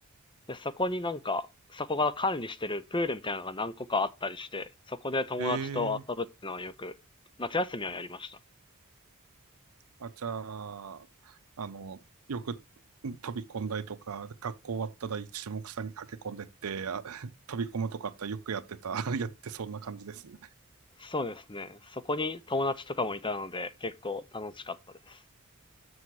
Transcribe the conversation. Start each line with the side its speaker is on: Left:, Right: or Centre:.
Left: で、そこになんか、そこが管理してるプールみたいなのが何個かあったりして、そこで友達と遊ぶっていうのはよく、
Right: ええ
Left: 夏休みはやりました。
Right: あ、じゃあ、あの、よく飛び込んだりとか、学校終わったら一目散に駆け込んでって、あ <laughs> 飛び込むとかあったらよくやってた、<laughs> やってそんな感じですね。
Left: そうですね。そこに友達とかもいたので、結構楽しかったです。